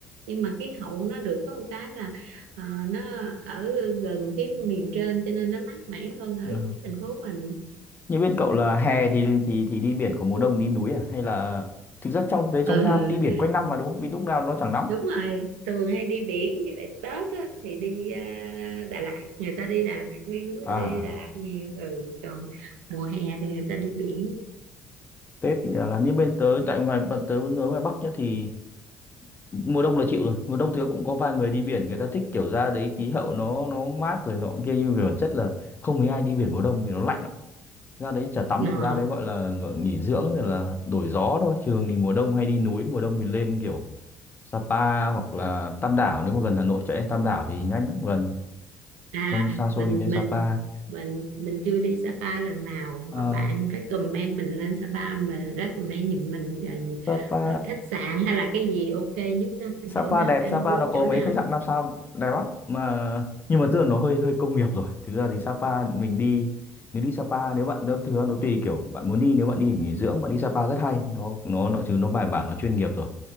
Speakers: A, on the right; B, on the left.
A: nhưng mà khí hậu nó được có một cái là ờ, nó ở gần cái miền trên cho nên nó mát mẻ hơn ở
B: ờ.
A: dưới thành phố mình
B: như bên cậu là hè thì thì thì đi biển của mùa đông đi núi à hay là thực ra trong đấy
A: ừ
B: trong Nam đi biển quanh năm mà đúng không vì lúc nào nó chẳng nóng
A: đúng rồi thường hay đi biển với lại Tết á, thì đi à, Đà Lạt người ta đi Đà Lạt đi núi
B: à
A: đi Đà Lạt nhiều ừ. còn mùa hè thì người ta đi biển
B: Tết thì là, là như bên tớ tại ngoài bọn tớ vẫn ở ngoài Bắc nhá thì mùa đông là chịu rồi mùa đông thì cũng có vài người đi biển người ta thích kiểu ra đấy khí hậu nó nó mát rồi nọ kia nhưng về bản chất là không mấy ai đi biển mùa đông vì nó lạnh lắm. ra đấy chả tắm
A: Ờ.
B: được ra đấy gọi là gọi nghỉ dưỡng rồi là đổi gió thôi trường thì mùa đông hay đi núi mùa đông thì lên kiểu Sapa hoặc là Tam Đảo nếu mà gần Hà Nội chạy lên Tam Đảo thì nhanh lắm gần
A: à
B: không xa xôi
A: mình
B: đi lên Sapa
A: mình mình mình chưa đi Sapa lần nào
B: Ờ,
A: mà bạn recommend mình lên Sapa mà recommend giùm mình
B: Sapa
A: là khách sạn hay là cái gì ok nhất á,
B: Sapa
A: chỗ nào
B: đẹp
A: ăn
B: Sapa
A: uống
B: nó có
A: chỗ nào
B: mấy khách sạn năm sao đẹp lắm mà nhưng mà tức là nó hơi hơi công nghiệp rồi thực ra thì Sapa mình đi nếu đi Sapa nếu bạn nó thực ra nó tùy kiểu bạn muốn đi nếu bạn đi nghỉ dưỡng bạn đi Sapa rất hay nó nó nó chứ nó bài bản nó chuyên nghiệp rồi